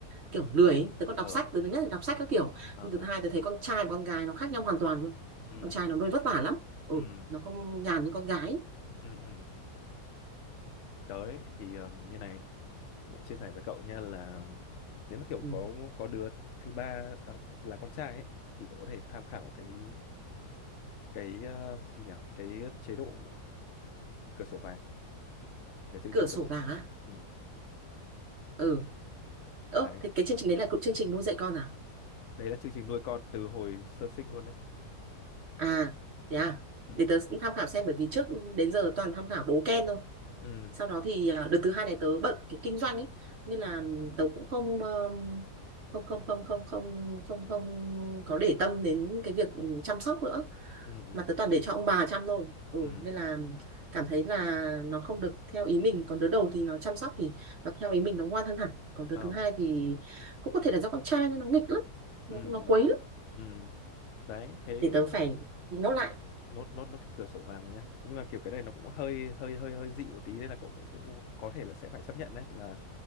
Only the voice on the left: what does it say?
Ờ,
ờ,
ờ.
Ừ.
Ừ.
Ừ. Ừ. Tới thì ờ, như này, cũng chia sẻ với cậu nha là nếu mà kiểu
có có đứa thứ ba à, là con trai ấy thì cậu có thể tham khảo cái cái ờ, gì nhỉ cái chế độ cửa sổ vàng một cái chương
trình
cửa sổ
ừ.
đấy
đấy là chương trình nuôi con từ hồi sơ sinh luôn đấy
ừ
ừ
ừ ừ
ừ
ờ,
ừ
ừ
ừ đấy thế
nốt nốt nốt cái cửa sổ vàng vào nhá nhưng mà kiểu cái này nó cũng hơi hơi hơi hơi dị một tí nên là cậu cũng, cũng có thể là sẽ phải chấp nhận đấy là